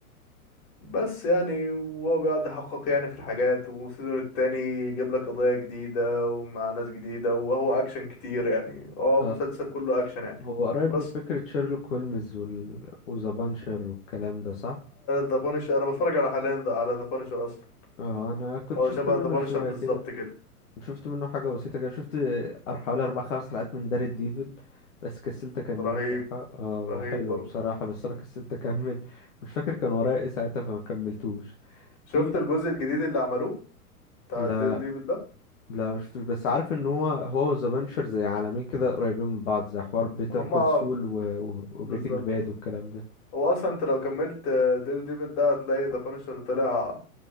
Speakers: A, on the left (about 35°); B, on the left (about 55°).
A: بس يعني وهو بيقعد يحقق يعني في الحاجات والسيزون التاني يجيب لك قضايا جديدة ومع ناس جديدة وهو أكشن كتير يعني هو
B: اه
A: مسلسل كله أكشن يعني
B: هو قريب
A: بس
B: من فكرة شيرلوك هولمز وال... وذا بانشر والكلام ده صح؟
A: ذا بانشر أنا بتفرج على حاليا The- على ذا بانشر أصلا
B: اه انا كنت
A: هو
B: شفت
A: شبه
B: منه
A: ذا بانشر
B: شوية
A: بالظبط
B: كده
A: كده
B: كنت شفت منه حاجة بسيطة كده شفت أر- حوالي اربع خمس حلقات من دار الديفل بس كسلت اكمله
A: رهيب
B: بصراحة اه هو
A: رهيب
B: حلو
A: برضه
B: بصراحة بس انا كسلت اكمل <laughs> مش فاكر كان ورايا ايه ساعتها فما كملتوش
A: شفت
B: في بقى
A: الجزء الجديد اللي عملوه بتاع
B: لا
A: الدير ديفل ده
B: لا مش شفتوش بس عارف ان هو هو وذا بانشر زي عالمين كده قريبين من بعض زي حوار بيتر
A: هما
B: كول
A: اه
B: سول و... و... وبريكنج
A: بالظبط
B: باد والكلام ده
A: هو أصلا أنت لو كملت دير ديفل ده هتلاقي ذا بانشر طلع